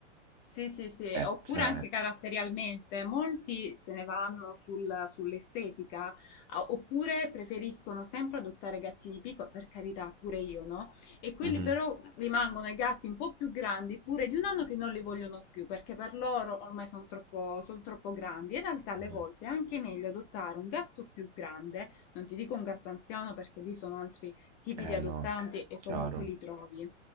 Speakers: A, on the left; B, on the right.
A: Sì, sì, sì,
B: Eh,
A: oppure
B: cioè...
A: anche caratterialmente, molti se ne vanno sul- sull'estetica, a- oppure preferiscono sempre adottare gattini piccoli, per carità, pure io, no? E quelli
B: mhm,
A: però rimangono i gatti un po' più grandi, pure di un anno che non li vogliono più, perché per loro ormai sono troppo, son troppo grandi. In realtà alle
B: mhm.
A: volte è anche meglio adottare un gatto più grande, non ti dico un gatto anziano perché lì sono altri tipi
B: Eh
A: di adottanti
B: no,
A: e
B: chiaro.
A: comunque li trovi.